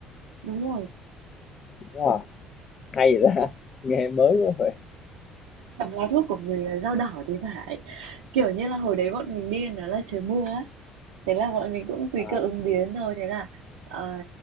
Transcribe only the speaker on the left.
wow hay vậy ta <laughs> nghe mới quá rồi
à,